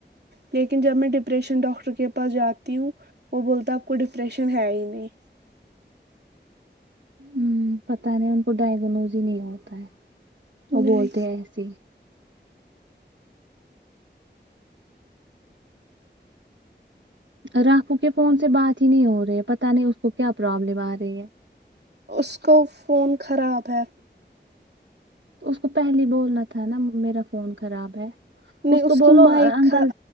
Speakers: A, on the right; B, on the right.
A: لیکن جب میں ڈپریشن ڈاکٹر کے پاس جاتی ہوں وہ بولتا ہے آپ کو ڈپریشن ہے ہی نہیں
B: ہ پت نہیں ان کو ڈائگنوز ہی نہیں ہوتا ہے وہ
A: نہیں
B: بولتے ایسے راکوں کے فون سے بات ہی نہیں ہو رہے پتا نہیں اس کو کیا پرابلم آ رہی ہے
A: اس کا فون خراب ہے
B: تو اس کو پہلے بولنا تھا نا میرا فون خراب ہے
A: نے اس
B: کو
A: کی
B: بولو
A: مائک
B: انکل